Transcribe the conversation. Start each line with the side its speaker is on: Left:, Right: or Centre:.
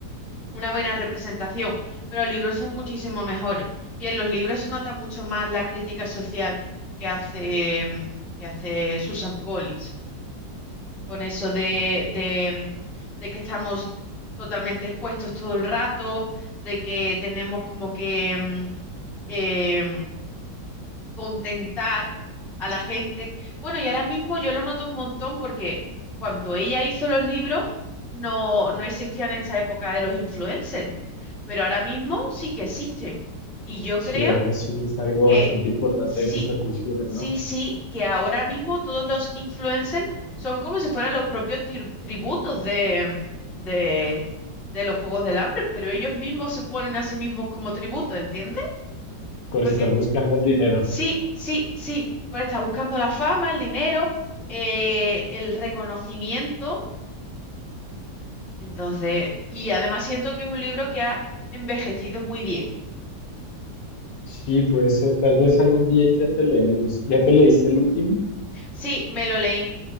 Centre: una buena representación, pero los libros son muchísimo mejores. Y en los libros se nota mucho más la crítica social que hace, mm, que hace Susan Collins. con eso de, de, de que estamos totalmente expuestos todo el rato, de que tenemos como que mm, em, contentar a la gente. Bueno, y ahora mismo yo lo noto un montón porque cuando ella hizo los libros no, no existían esta época de los influencers, pero ahora mismo sí que existen. Y yo
Left: sí,
Centre: creo
Left: ahora sí es algo
Centre: que
Left: bastante importante
Centre: sí,
Left: de nuestra cultura,
Centre: sí,
Left: ¿no?
Centre: sí, que ahora mismo todos los influencers son como si fueran los propios tri- tributos de, de, de los Juegos del Hambre, pero ellos mismos se ponen a sí mismos como tributo, ¿entiendes?
Left: Por
Centre: Porque
Left: estar buscando el dinero.
Centre: sí, sí, sí, pues está buscando la fama, el dinero, eh, el reconocimiento, entonces, y además siento que es un libro que ha envejecido muy bien.
Left: Sí, puede ser, tal vez algún día intente leerlos. ¿Ya te leíste el último?
Centre: Sí, me lo leí.